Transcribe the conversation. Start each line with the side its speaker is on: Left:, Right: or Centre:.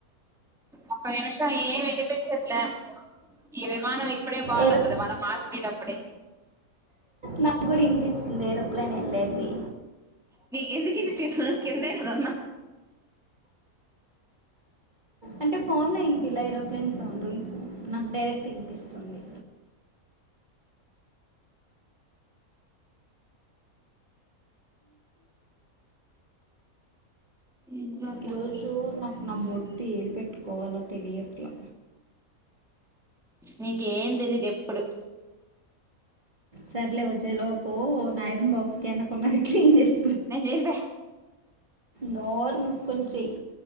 Centre: ఒక్క నిమిషం ఏమ్ వినిపించట్లే ఈ విమానం ఐప్పుడే పోతుండది
Right: ఏరో
Centre: మనమ్ మాస్కి అప్పుడె
Right: నాకు కూడా వినిపిస్తుంది ఏరోప్లేన్ వెళ్ళేది
Centre: న ఎందుకిింది ఫీసు కిందే కద ఉన్నా
Right: అంద్ ఫోన్లో ఇనిపీల ఏరోప్లేన్ సౌండ్ నాక్ డైరెక్ట్ వినిపిస్తుంది
Centre: ఏం చేద్దాం
Right: ఈరోజు నాకు నా బొట్టు ఏది పెట్టు కోవాలో తెలియట్లా
Centre: నీకేం తెలీదు ఎప్పుడు
Right: సర్లే వచ్చే లోపు నా ఐరన్ బాక్స్ కి వెనకున్నాది క్లీన్ చేస్త
Centre: నిను చేరాను ప
Right: నాత్ మూసుకొని చెయ్